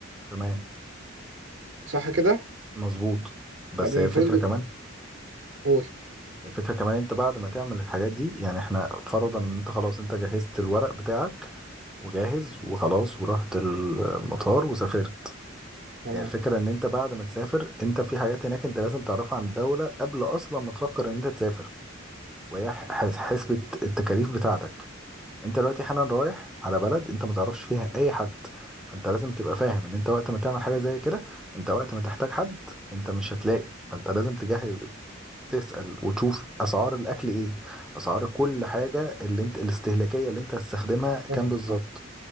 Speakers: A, in the centre; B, on the right.
A: تمام
B: صح كده؟
A: مظبوط بس
B: طب المفروض
A: هي الفكره كمان
B: قول
A: الفكره كمان انت بعد ما تعمل الحاجات دي يعني احنا فرضا ان انت خلاص انت جهزت الورق بتاعك وجاهز وخلاص ورحت المطار وسافرت
B: تمام
A: هي الفكره ان انت بعد ما تسافر انت في حاجات هناك انت لازم تعرفها عن الدوله قبل اصلا ما تفكر ان انت تسافر وهي ح- حس- حسبة التكاليف بتاعتك انت دلوقتي حالا رايح على بلد انت ما تعرفش فيها اي حد فانت لازم تبقى فاهم ان انت وقت ما تعمل حاجة زي كده انت وقت ما تحتاج حد انت مش هتلاقي فانت لازم تجهز تسأل وتشوف اسعار الاكل ايه اسعار كل حاجة اللي انت الاستهلاكية اللي انت هتستخدمها كام
B: فاهم
A: بالظبط
B: فاهم-